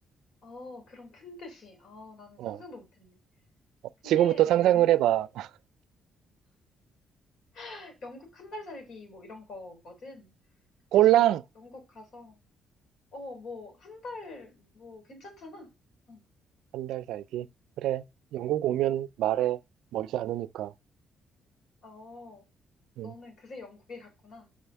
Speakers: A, on the left (about 65°); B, on the right (about 85°).
A: 어, 그런 큰 뜻이. 아, 나는
B: 어,
A: 상상도 못했네.
B: 어,
A: 근데
B: 지금부터 상상을
A: 뭐 영국,
B: 해봐. <laughs>
A: 응. 영국 한 달 살기 뭐 이런 거거든.
B: 꼴랑!
A: 그래서 영국 가서, 어, 뭐, 한 달, 뭐, 괜찮잖아. 응,
B: 한 달 살기. 그래, 영국
A: 응.
B: 오면 말해. 멀지 않으니까.
A: 어,
B: 음,
A: 너는 그새 영국에 갔구나.